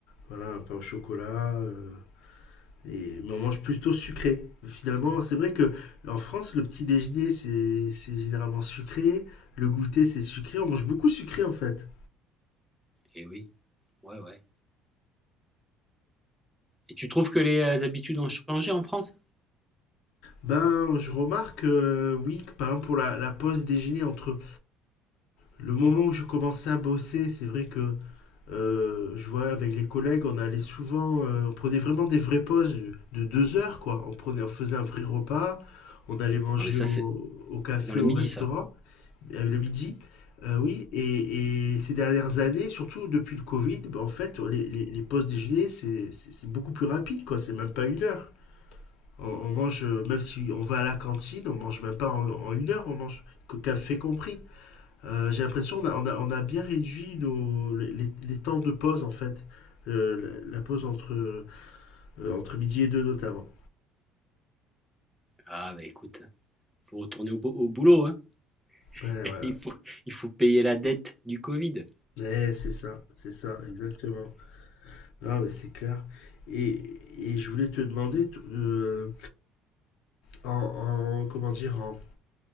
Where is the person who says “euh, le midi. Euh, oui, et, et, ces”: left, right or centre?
Left